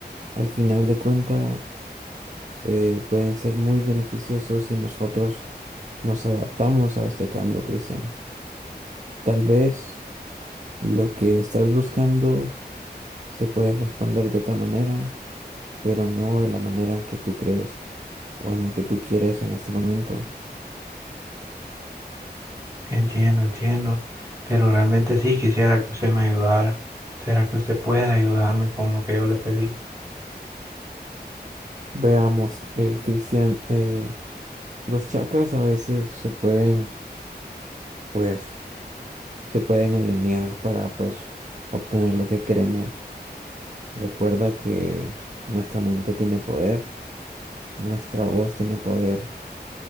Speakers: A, on the right (about 45°); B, on the right (about 15°).
A: al final de cuentas eh, pueden ser muy beneficiosos si nosotros nos adaptamos a este cambio, Cristian. Tal vez lo que estás buscando se puede responder de otra manera, pero no de la manera en que tú crees o en la que tú quieres en este momento.
B: Entiendo, entiendo, pero realmente sí quisiera que usted me ayudara. ¿Será que usted puede ayudarme con lo que yo le pedí?
A: Veamos, eh, Cristian, eh, los chakras a veces se pueden, pues, se pueden alinear para, pues, obtener lo que queremos. Recuerda que nuestra mente tiene poder Nuestra voz tiene poder.